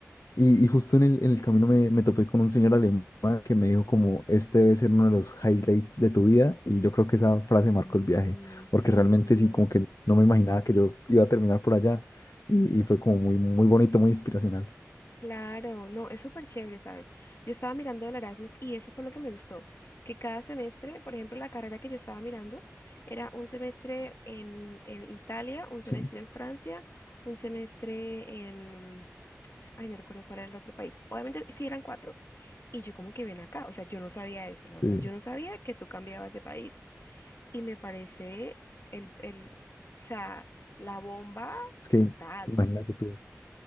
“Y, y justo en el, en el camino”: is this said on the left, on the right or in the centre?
Left